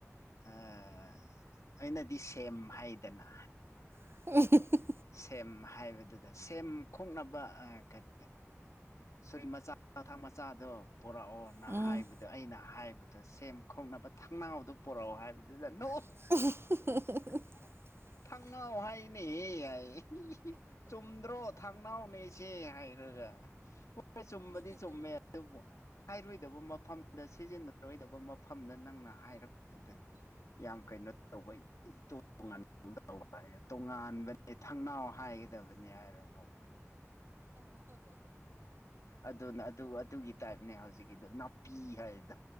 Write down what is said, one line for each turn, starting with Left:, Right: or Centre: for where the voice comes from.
Left: ꯑꯥ ꯑꯩꯅꯗꯤ ꯁꯦꯝ ꯍꯥꯏꯗꯅ
Right: ꯑꯦ <inaudible>
Left: ꯁꯦꯝ ꯍꯥꯏꯕꯗꯨꯗ ꯁꯦꯝ ꯈꯣꯛꯅꯕ ꯀꯔꯤ ꯁꯣꯔꯤ ꯃꯆꯥ ꯊꯥꯡ ꯃꯆꯥꯗꯣ ꯄꯨꯔꯛꯎ ꯄꯨꯔꯛꯑꯣꯅ
Right: ꯎꯝ
Left: ꯍꯥꯏꯕꯗꯣ ꯑꯩꯅ ꯍꯥꯏꯕꯗꯣ ꯁꯦꯝ ꯈꯣꯛꯅꯕ ꯊꯥꯡꯅꯥꯎꯗꯣ ꯄꯨꯔꯛꯑꯣ ꯍꯥꯏꯕꯗꯨꯗ ꯑꯗꯨꯝ
Right: <inaudible>
Left: ꯊꯥꯡꯅꯥꯎ ꯍꯥꯏꯌꯦꯅꯦ ꯆꯨꯝꯗ꯭ꯔꯣ ꯊꯥꯡꯅꯥꯎꯅꯦꯁꯦ ꯍꯥꯏꯔꯒ ꯍꯣꯏ ꯆꯨꯝꯕꯗꯤ ꯆꯨꯝꯃꯦ ꯑꯗꯨꯕꯨ ꯍꯥꯏꯔꯣꯏꯗꯕ ꯃꯐꯝꯗ ꯁꯤꯖꯤꯟꯅꯔꯣꯏꯗꯕ ꯃꯐꯝꯗ ꯅꯪꯅ ꯍꯥꯏꯔꯛꯄꯗꯨꯗ ꯌꯥꯝ ꯀꯩꯅꯣ ꯇꯧꯕ ꯏꯇꯣꯞ ꯇꯣꯉꯥꯟꯕ ꯇꯣꯉꯥꯟꯕꯅꯤ ꯑꯦ ꯊꯪꯅꯥꯎ ꯍꯥꯏꯒꯗꯕꯅꯤ ꯍꯥꯏꯔꯣ ꯅꯣꯛꯄꯅꯦ ꯑꯗꯨꯅ ꯑꯗꯨ ꯑꯗꯨꯒꯤ ꯇꯥꯏꯞꯅꯦ ꯍꯧꯖꯤꯛꯀꯤꯗꯣ ꯅꯥꯄꯤ ꯍꯥꯏꯔꯤꯗꯣ